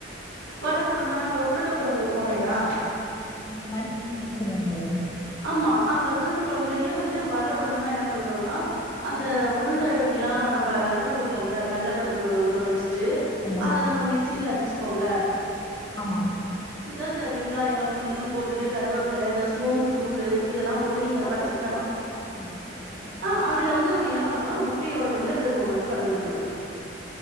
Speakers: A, on the right; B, on the left.
A: வட கொழம்புனா நம்ப உருண்ட கொழம்பு வைப்போ இல்லயா
B: அந்த பருப்பு உருண்டைனு சொல்வாங்களே
A: ஆமா அந்த உருண்ட கொழம்புலயே வந்துட்டு வட கொழம்புனா என்ன பண்ணனுன்னா அந்த
B: ம்,
A: உருண்ட க்கெல்லா நம்ப ஊற வப்போம்ல கள்ள பருப் பு ஊற
B: சரி.
A: வச்சுட்டு
B: ஆ, ஆமா
A: அத நம்ம மிக்சில அடிச் வச்சிப்போம்ல
B: ஆமா
A: அதுல வெங்காயம் ம் போட்டுட்டு கருவேப்பில இந்தச்சோம்பு தூளு இதெல்லா போட்டு நீங்க
B: எல்லாத்தையு
A: பச்ச
B: ஒன்னா
A: அ
B: போட்டு அடிப்பீங்க வடகம்
A: அ அதுல வந்து நம்ம என்ன பண்ணனு முட் முட்டையோட வெள்ள கருவ மட்டும் கலந்துக்கணும்